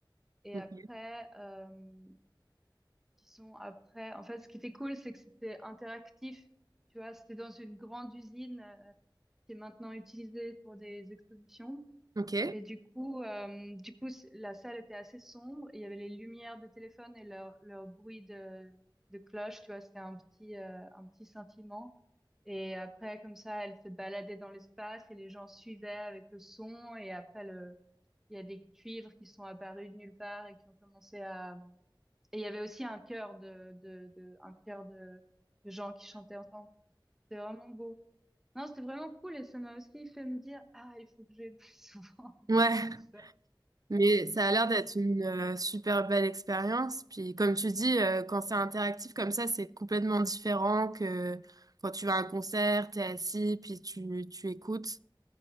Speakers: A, in the centre; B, on the right (about 50°).
A: Et
B: ok.
A: après, euh, qui sont après. En fait, ce qui était cool, c'est que c'était interactif. Tu vois, c'était dans une grande usine euh, qui est maintenant utilisée pour des expositions.
B: Ok.
A: Et du coup, euh, du coup, c- la salle était assez sombre. et il y avait les lumières des téléphones et leur, leur bruit de, de cloche. Tu vois, c'était un petit, euh, un petit sentiment. Et après, comme ça, elle se baladait dans l'espace et les gens suivaient avec le son. Et après, le, il y a des cuivres qui sont apparus de nulle part et qui ont commencé à et il y avait aussi un chœur de, de, de un chœur de, de gens qui chantaient ensemble. C'était vraiment beau. Non, c'était vraiment cool et ça m'a aussi fait me dire, ah, il faut que j'aille plus souvent <laughs>
B: Ouais,
A: des concerts.
B: mais ça a l'air d'être une euh, super belle expérience. Puis comme tu dis, euh, quand c'est interactif comme ça, c'est complètement différent que quand tu vas à un concert, t'es assis, puis tu, tu écoutes.